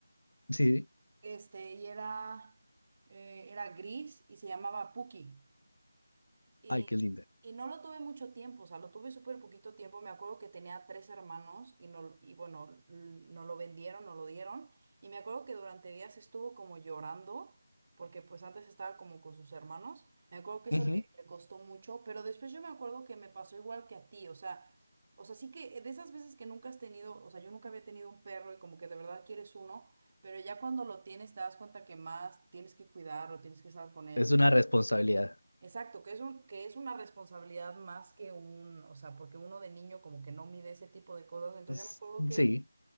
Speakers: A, on the left; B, on the right.
A: Sí,
B: este, y era, eh, era gris y se llamaba Puki. Y,
A: ay, qué linda.
B: y no lo tuve mucho tiempo, o sea, lo tuve súper poquito tiempo. Me acuerdo que tenía tres hermanos y, no, y bueno, l- no lo vendieron, no lo dieron. Y me acuerdo que durante días estuvo como llorando, porque pues antes estaba como con sus hermanos. Me acuerdo que eso
A: Ujú.
B: le, le costó mucho, pero después yo me acuerdo que me pasó igual que a ti, o sea, o sea, sí que de esas veces que nunca has tenido, o sea, yo nunca había tenido un perro y como que de verdad quieres uno, pero ya cuando lo tienes te das cuenta que más tienes que cuidarlo, tienes que estar con él.
A: Es una responsabilidad.
B: Exacto, que es un, que es una responsabilidad más que un, o sea, porque uno de niño como que no mide ese tipo de cosas. Entonces
A: S-
B: yo me acuerdo que
A: Sí.